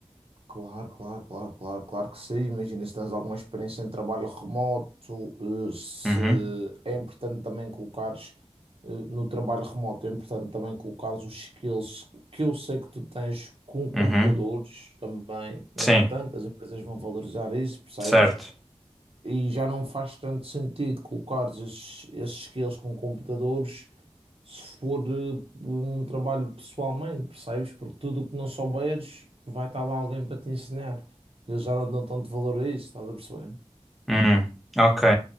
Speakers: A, on the right (about 65°); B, in the centre.
A: Claro, claro, claro, claro, claro que sim. Imagina se tens alguma experiência em trabalho remoto, eh, se
B: Uhum,
A: é importante também colocares eh, no trabalho remoto, é importante também colocares os skills que eu sei que tu tens com computadores
B: uhum,
A: também. É
B: sim,
A: importante, as empresas vão valorizar isso, percebes?
B: certo.
A: E já não faz tanto sentido colocares esses, esses skills com computadores se for eh, um trabalho pessoalmente, percebes? Porque tudo o que não souberes vai estar lá alguém para te ensinar. Eles já não dão tanto valor a isso, estás a perceber?
B: Uhum, ok.